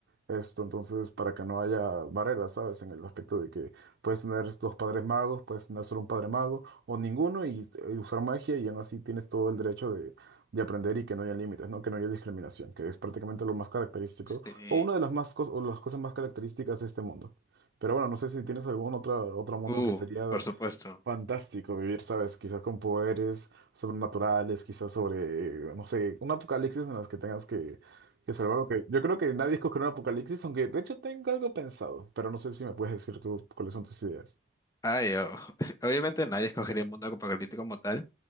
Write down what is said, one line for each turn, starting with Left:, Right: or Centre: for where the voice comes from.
Right: Esto, entonces, para que no haya barreras, ¿sabes? En el aspecto de que puedes tener dos padres magos, puedes tener solo un padre mago o ninguno y, y usar magia y aún así tienes todo el derecho de, de aprender y que no haya límites, ¿no? Que no haya discriminación, que es prácticamente lo más característico
Left: Sí.
Right: o una de las más cos- o las cosas más características de este mundo. Pero bueno, no sé si tienes algún otro, otro mundo
Left: Uh,
Right: que sería
Left: por supuesto.
Right: fantástico vivir, ¿sabes? Quizás con poderes sobrenaturales, quizás sobre, no sé, un apocalipsis en los que tengas que, que salvar. o que- Yo creo que nadie escogerá un apocalipsis, aunque de hecho tengo algo pensado, pero no sé si me puedes decir tú cuáles son tus ideas.
Left: Ay, o- <laughs> obviamente nadie escogería un mundo apocalíptico como tal,